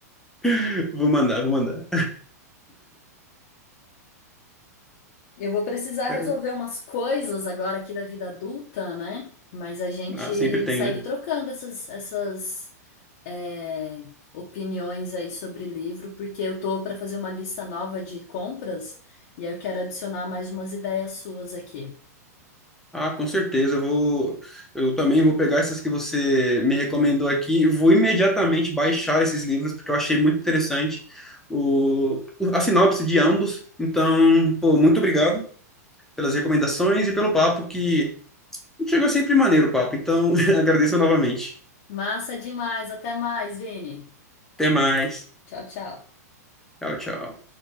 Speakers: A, in the centre; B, on the left (about 55°).
A: <laughs> Vou mandar, vou mandar.
B: Eu vou precisar
A: É,
B: resolver umas coisas agora aqui da vida adulta, né? Mas a gente
A: Ah, sempre tem,
B: segue
A: né?
B: trocando essas, essas é, opiniões aí sobre livro, porque eu tô para fazer uma lista nova de compras e eu quero adicionar mais umas ideias suas aqui.
A: Ah, com certeza. Eu vou, eu também vou pegar essas que você me recomendou aqui. e Vou imediatamente baixar esses livros porque eu achei muito interessante o, o- a sinopse de ambos. Então, pô, muito obrigado pelas recomendações e pelo papo que chegou sempre maneiro o papo. Então, <laughs> agradeço novamente.
B: Massa demais, até mais, Vini.
A: Até mais.
B: Tchau, tchau.
A: Tchau, tchau.